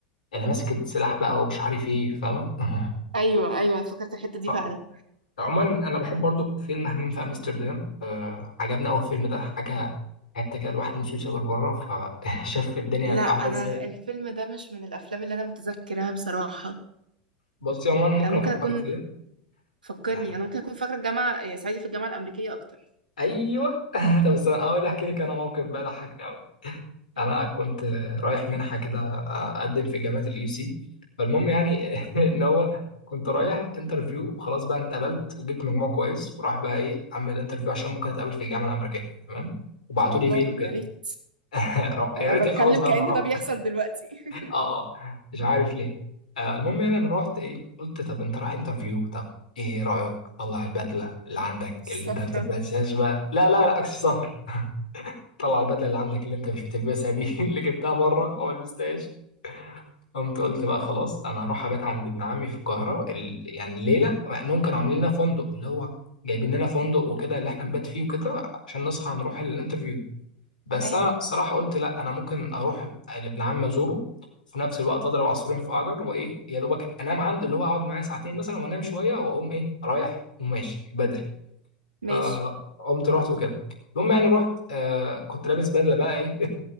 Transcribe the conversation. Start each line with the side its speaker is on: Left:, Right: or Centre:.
Left: اللي ماسك السلاح بقى ومش عارف ايه فاهم <laughs>
Right: ايوه ايوه افتكرت الحتة دي
Left: آه،
Right: فعلا
Left: عموما انا بحب برضو فيلم همام في امستردام آه عجبني اول فيلم ده حاجة حتى كده الواحد نفسه يسافر بره فشاف <laughs> الدنيا
Right: لا
Left: هتبقى
Right: انا
Left: عاملة ازاي
Right: ال- الفيلم ده مش من الافلام اللي انا متذكراها بصراحه
Left: بصي عموما ممكن
Right: آه، ممكن
Left: افكرك
Right: اكون
Left: فيها
Right: فكرني
Left: يعني
Right: انا ممكن اكون فاكره الجامعه آه، صعيدي في الجامعه الامريكيه اكتر
Left: ايوه <laughs> طب بس انا اول احكي لك انا موقف بقى ضحكني انا
Right: مم.
Left: كنت رايح منحه كده اقدم في جامعه اليو سي فالمهم يعني
Right: ان
Left: <laughs> ان هو كنت رايح انترفيو وخلاص بقى أنا اتقبلت وجبت مجموع كويس وراح بقى ايه اعمل انترفيو عشان ممكن اتقابل في الجامعه الامريكيه تمام وبعتوا
Right: شاء
Left: لي
Right: الله
Left: ايميل وكده
Right: يا ريت
Left: <laughs>
Right: انا
Left: يا ريت ايه
Right: بتكلم
Left: خلاص بقى
Right: كأن
Left: ما اروح
Right: ده بيحصل دلوقتي <laughs>
Left: اه اه مش عارف ليه آه المهم يعني انا رحت ايه قلت طب انت رايح انترفيو طب ايه رايك طلع البدله اللي عندك
Right: الصفرة
Left: اللي انت ما بتلبسهاش بقى لا لا لا عكس السفر طلع البدله اللي عندك اللي انت مش بتلبسها دي <laughs> اللي جبتها مره او لبستهاش قمت قلت بقى خلاص انا هروح ابات عند ابن عمي في القاهره ال... يعني ليله مع انهم كانوا عاملين
Right: مم.
Left: لنا فندق اللي هو جايبين لنا فندق وكده اللي احنا نبات فيه وكده عشان نصحى نروح الانترفيو بس
Right: ايوه
Left: انا الصراحه قلت لا انا ممكن اروح لابن عمي ازوره في نفس الوقت اضرب عصفورين في حجر وايه يا دوبك انام عنده اللي هو اقعد معاه ساعتين مثلا وانام شويه واقوم ايه رايح وماشي بدري
Right: ماشي
Left: فقمت رحت وكده المهم يعني رحت آه كنت لابس بدله بقى ايه